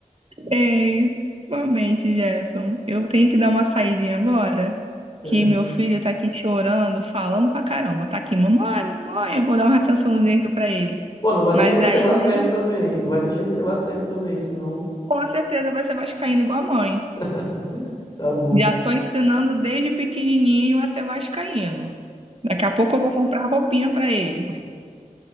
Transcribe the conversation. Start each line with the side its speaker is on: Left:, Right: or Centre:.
Right: Ei, realmente, Gerson, eu tenho que dar uma saidinha agora.
Left: viu?
Right: que
Left: É.
Right: meu filho tá aqui chorando, falando pra caramba. Tá aqui, mamãe, mamãe, eu vou dar uma atençãozinha aqui pra ele.
Left: Pô, não vai
Right: Mas
Left: deixar ele
Right: aí
Left: ser vascaíno
Right: a gente
Left: também. Não vai deixar ele ser vascaíno também, senão.
Right: com certeza vai ser vascaíno igual a mãe.
Left: <laughs> Tá bom.
Right: Já tô ensinando desde pequenininho a ser vascaíno. Daqui a pouco eu vou comprar roupinha pra ele,